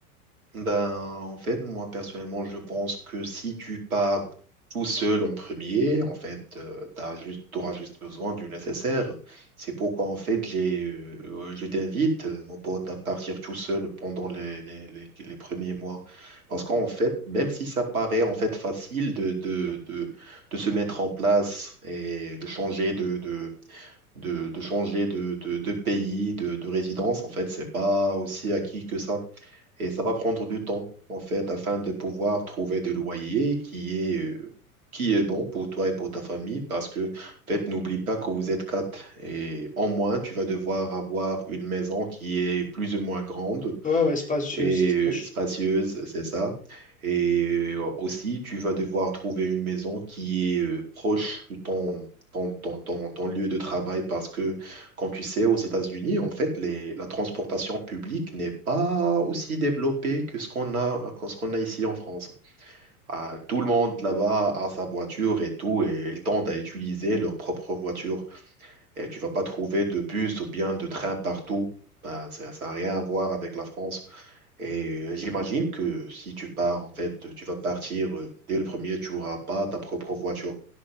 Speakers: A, on the right (about 70°); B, on the left (about 15°).
A: Ben, en fait, moi personnellement, je pense que si tu pars tout seul en premier, en fait, euh, t'as juste, t'auras juste besoin du nécessaire. C'est pourquoi, en fait, j'ai, euh, je t'invite, euh, mon pote, à partir tout seul pendant les, les, les, les premiers mois. Parce qu'en fait, même si ça paraît, en fait, facile de, de, de, de se mettre en place et de changer de, de, de, de changer de, de, de pays, de, de résidence, en fait, c'est pas aussi acquis que ça. Et ça va prendre du temps, en fait, afin de pouvoir trouver de loyer qui est, euh, qui est bon pour toi et pour ta famille, parce que, en fait, n'oublie pas que vous êtes quatre. Et en moins, tu vas devoir avoir une maison qui est plus ou moins grande
B: Ouais, ouais, c'est pas... je-
A: et
B: ça- ça- je-
A: spacieuse, c'est ça. Et euh, aussi, tu vas devoir trouver une maison qui est euh, proche de ton, ton, ton, ton, ton lieu de travail parce que, comme tu sais, aux États-Unis, en fait, les, la transportation publique n'est pas aussi développée que ce qu'on a, que ce qu'on a ici en France. Ah, tout le monde là-bas a sa voiture et tout, et ils tendent à utiliser leur propre voiture. Et tu vas pas trouver de bus ou bien de train partout. Ben, ça n'a rien à voir avec la France. Et euh, j'imagine que si tu pars, en fait, tu vas partir euh, dès le premier, tu n'auras pas ta propre voiture.